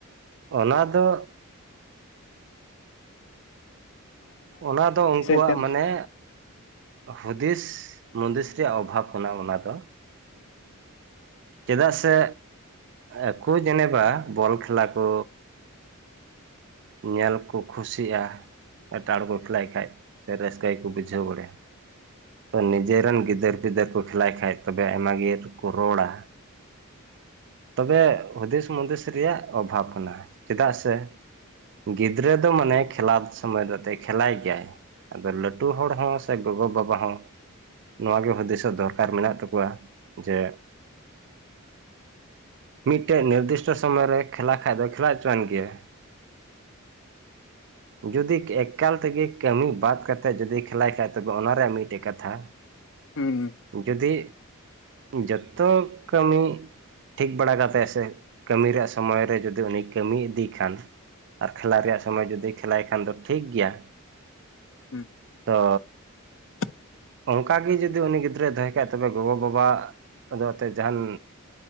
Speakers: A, on the right; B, on the left.
A: ᱚᱱᱟ ᱫᱚ ᱚᱱᱟ ᱫᱚ ᱩᱱᱠᱩᱣᱟᱜ
B: ᱥᱮᱫ ᱛᱮ
A: ᱢᱟᱱᱮ ᱦᱩᱫᱤᱥ ᱢᱩᱫᱤᱥ ᱨᱮᱭᱟᱜ ᱚᱵᱷᱟᱵᱽ ᱠᱟᱱᱟ ᱚᱱᱟ ᱫᱚ ᱪᱮᱫᱟᱜ ᱥᱮ ᱟᱠᱚ ᱡᱮᱱᱮᱵᱟ ᱵᱚᱞ ᱠᱷᱮᱞᱟ ᱠᱚ ᱧᱮᱞ ᱠᱚ ᱠᱷᱩᱥᱤᱜᱼᱟ ᱮᱴᱟᱜ ᱦᱚᱲ ᱠᱚ ᱠᱷᱮᱞᱟᱭ ᱠᱷᱟᱡ ᱥᱮ ᱨᱟᱹᱥᱠᱟᱹ ᱜᱮᱠᱚ ᱵᱩᱡᱷᱟᱹᱣ ᱵᱟᱲᱟᱭᱟ ᱛᱚ ᱱᱤᱡᱮᱨᱮᱱ ᱜᱤᱫᱟᱹᱨ ᱯᱤᱫᱟᱹᱨ ᱠᱚ ᱠᱷᱮᱞᱟᱭ ᱠᱷᱟᱡ ᱛᱚᱵᱮ ᱟᱭᱢᱟ ᱜᱮᱠᱚ ᱨᱚᱲᱟ ᱛᱚᱵᱮ ᱦᱩᱫᱤᱥ ᱢᱩᱫᱤᱥ ᱨᱮᱭᱟᱜ ᱚᱵᱷᱟᱵᱽ ᱠᱟᱱᱟ ᱪᱮᱫᱟᱜ ᱥᱮ ᱜᱤᱫᱽᱨᱟᱹ ᱫᱚ ᱢᱟᱱᱮ ᱠᱷᱮᱞᱟ ᱥᱚᱢᱚᱭ ᱫᱚ ᱠᱷᱮᱞᱟᱭ ᱜᱮᱭᱟᱭ ᱟᱫᱚ ᱞᱟᱹᱴᱩ ᱦᱚᱲ ᱦᱚᱸ ᱥᱮ ᱜᱚᱜᱚᱵᱟᱵᱟ ᱦᱚᱸ ᱱᱚᱣᱟᱜᱮ ᱦᱩᱫᱤᱥᱚᱜ ᱫᱚᱨᱠᱟᱨ ᱢᱮᱱᱟᱜ ᱛᱟᱠᱚᱣᱟ ᱡᱮ ᱢᱤᱫᱴᱮᱱ ᱱᱤᱨᱫᱤᱥᱴᱚ ᱥᱚᱢᱚᱭ ᱨᱮ ᱠᱷᱮᱞᱟ ᱠᱷᱟ ᱫᱚ ᱠᱷᱮᱞᱟ ᱦᱚᱪᱚᱣᱟᱱ ᱜᱮᱭᱟ ᱡᱩᱫᱤ ᱮᱠᱟᱞ ᱛᱮᱜᱮ ᱠᱟᱹᱢᱤ ᱵᱟᱫ ᱠᱟᱛᱮᱫ ᱡᱩᱫᱤ ᱠᱷᱮᱞᱟᱭ ᱠᱷᱟᱡ ᱛᱚᱵᱮ ᱚᱱᱟ ᱨᱮᱭᱟᱜ ᱢᱤᱫᱴᱮᱡ ᱠᱟᱛᱷᱟ
B: ᱦᱩᱸ
A: ᱡᱩᱫᱤ ᱡᱚᱛᱚ ᱠᱟᱹᱢᱤ ᱴᱷᱤᱠ ᱵᱟᱲᱟ ᱠᱟᱛᱮᱫ ᱥᱮ ᱠᱟᱹᱢᱤ ᱨᱮᱭᱟᱜ ᱥᱚᱢᱚᱭ ᱨᱮ ᱡᱚᱫᱤ ᱩᱱᱤ ᱠᱟᱹᱢᱤ ᱤᱫᱤᱭ ᱠᱷᱟᱱ ᱟᱨ ᱠᱷᱮᱞᱟ ᱨᱮᱭᱟᱜ ᱥᱚᱢᱚᱭ ᱡᱩᱫᱤ ᱠᱷᱮᱞᱟᱭ ᱠᱷᱟᱱ ᱫᱚ ᱴᱷᱤᱠ ᱜᱮᱭᱟ
B: ᱦᱩᱸ
A: ᱛᱚ
B: <inaudible>
A: ᱚᱱᱠᱟᱜᱮ ᱡᱩᱫᱤ ᱩᱱᱤ ᱜᱤᱫᱽᱨᱟᱹᱭ ᱫᱚᱦᱚᱭ ᱠᱷᱟ ᱛᱚᱵᱮ ᱜᱚᱜᱚᱼᱵᱟᱵᱟᱫᱚ ᱮᱛᱮᱫ ᱡᱟᱦᱟᱱ